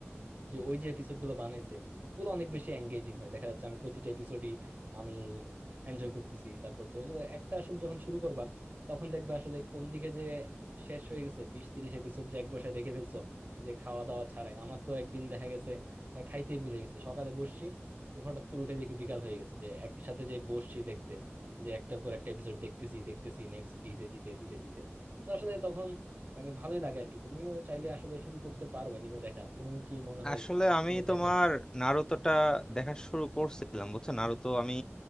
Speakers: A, on the right; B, on the left.
A: যে ওই যে এপিসোড গুলো বানাইছে ওগুলো অনেক বেশি এঙ্গেজিং হয় দেখা যাচ্ছে আমি প্রতিটা এপিসোডই আমি এনজয় করতেছি তারপর তো এগুলো একটা আসলে যখন শুরু করবা তখন দেখবা আসলে কোন দিকে যে শেষ হয়ে গেছে বিশ তিরিশ এপিসোড যে এক বসায় দেখে ফেলছো যে খাওয়া দাওয়া ছাড়াই আমার তো একদিন দেখা গেছে আহ, খাইতেই ভুলে গেছি সকালে বসছি ও হঠাৎ করে উঠে দেখি বিকাল হয়ে গেছে যে একসাথে যে বসছি দেখতে যে একটার পর একটা এপিসোড দেখতেছি দেখতেছি নেক্সট দিতে দিতে দিতে দিতে তো আসলে তখন মানে ভালোই লাগে আর কি তুমিও চাইলে আসলে শুরু করতে পারো অ্যানিমে দেখা তুমি কি মনে হয়
B: আসলে আমি
A: তুমি
B: তোমার
A: দেখো নাই
B: নারুতোটা দেখা শুরু করছিলাম বুঝছো নারুতো আমি